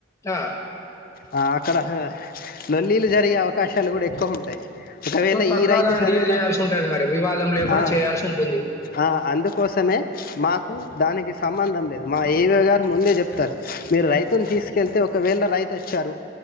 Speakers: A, on the left; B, on the left.
A: ఆ
B: ఆ అక్కడా లొల్లీలు జరిగే అవకాశాలు గుడా ఎక్కువ ఉంటయ్ ఒకవేళ
A: సో, చక్కగా
B: ఈ రైతు
A: దాన్ని
B: సర్వేన
A: డీల్ చేయాల్సుంటది మరి. వివాదం లేకుండా
B: ఆ
A: చేయాల్సుంటుంది.
B: ఆ అందుకోసమే మాకు దానికి సంబంధం లేదు మా ఏవో గారు ముందె చెప్తారు మీరు
A: హ్మ్.
B: రైతుని తీస్కేళ్తే ఒక్ ఒకవేళ రైతు ఒచ్చారు